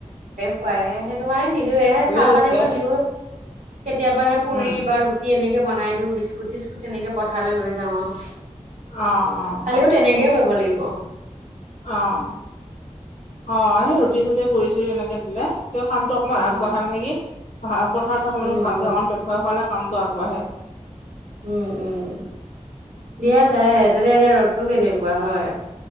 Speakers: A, on the right; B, on the left.
A: পাই সেইটো কাৰণে নিদিওঁ এহে চাহ
B: হৈছে
A: পানী অকণ দিও কেতিয়াবা সে পুৰি
B: উম।
A: বা ৰুটি এনেকে বনাই দিওঁ বিস্কুট চিস্কুট তেনেকে পথাৰলৈ লৈ যাওঁ আৰু
B: অ', অ',
A: খালিও তেনেকেই কৰিব লাগিব
B: অ', অ', সেই ৰুটি চতি পুৰি চুৰি তেনেকে দিলে তেওঁ কামটো
A: উম
B: অকমান আগবঢ়াই মানে কি পথাৰত থকা মানুহ
A: উম
B: ভালকে
A: উম
B: অন পেট ভাই খোৱালে কামটো আগবাঢ়ে-
A: উম উম দিয়া যায় তেনে এতিয়া ৰ'দটো কেনেকুৱা হয়